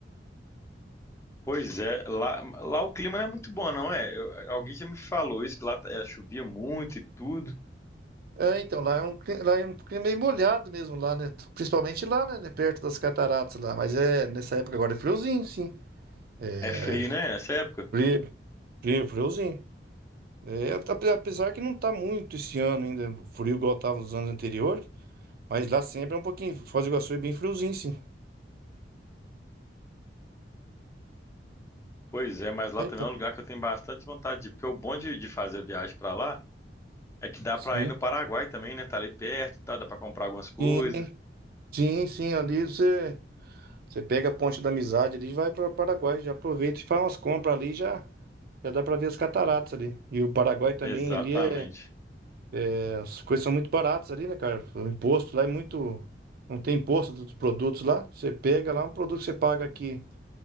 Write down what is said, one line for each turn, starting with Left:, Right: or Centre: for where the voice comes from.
Left: pois é. Lá, lá o clima não é muito bom, não é? Eu- alguém já me falou isso, que lá é, chovia muito e tudo.
Right: É, então, lá é um, cli- lá é um clima meio molhado mesmo, lá, né? Principalmente lá, né? né, Perto das cataratas lá. Mas é, nessa época agora é friozinho, sim. É,
Left: É frio, né, nessa época?
Right: frio, frio, friozinho. É, ape- apesar que não tá muito esse ano ainda, frio igual tava nos anos anteriores. Mas lá sempre é um pouquinho, Foz do Iguaçu é bem friozinho, sim.
Left: Pois é, mas lá
Right: É,
Left: também
Right: então,
Left: é um lugar que eu tenho bastante vontade de ir, porque o bom de, de fazer a viagem pra lá é que dá
Right: sim.
Left: pra ir no Paraguai também, né? Tá ali perto e tal, dá pra comprar algumas coisas.
Right: Sim, sim, sim, ali você. Você pega a Ponte da Amizade ali e vai para o Paraguai. Já aproveita e faz umas compras ali, já, já dá para ver as cataratas ali. E o Paraguai também
Left: Exatamente.
Right: ali, é, é, as coisas são muito baratas ali, né, cara? O imposto lá é muito. Não tem imposto dos produtos lá. Você pega lá um produto que você paga aqui